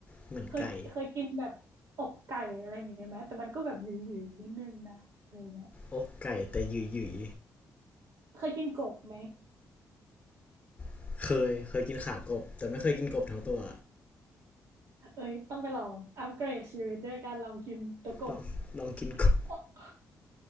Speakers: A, on the left (about 20°); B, on the right (about 75°).
A: เหมือนไก่
B: เคยเคยกินแบบอกไก่อะไรอย่างเงี้ยไหมแต่มันก็แบบหยิ่ๆนิดนึงนะอะไรอย่างเงี้ย
A: อกไก่แต่หยืยย
B: เคยกินกบไหม
A: ๆเคยเคยกินขากบแต่ไม่เคยกินกบทั้งตัว
B: เอ้ยต้องไปลองอัปเกรดชีวิตด้วยการลองกินตัวกบ
A: ลองลองกินกบ
B: อ